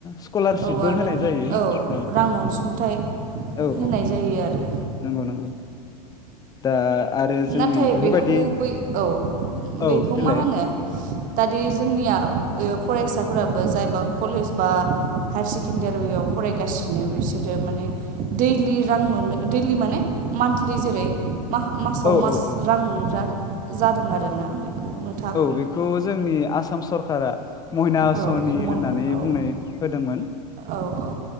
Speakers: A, on the left; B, on the right.
A: स्क'लारशिपबो
B: औ आरो
A: होनाय जायो औ।
B: रां अनसुंथाइ
A: औ -
B: होनाय
A: औ
B: जायो आरो
A: नंगौ -नंगौ दा आरो जोंनि
B: नाथाय
A: बेफोरबायदि
B: बेखौ बै औ
A: औ
B: बेखौ
A: देलाय
B: मा होनो दा जोंनिया फरायसाफोराबो जायबा कलेज बा हायार सेकेण्डारियाव फरायगासिनो बिसोरो माने दैलि रां मोनो दैलि माने मान्थलि जेरै मासाव
A: औ
B: मास
A: औ औ
B: रां मोनग्रा जादों आरोना बे। <inaudible>
A: औ बेखौ जोंनि आसाम सरखारा मयना आसनि
B: औ मोनो
A: होननानै
B: औ
A: बुंनाय होदोंमोन।
B: औ औ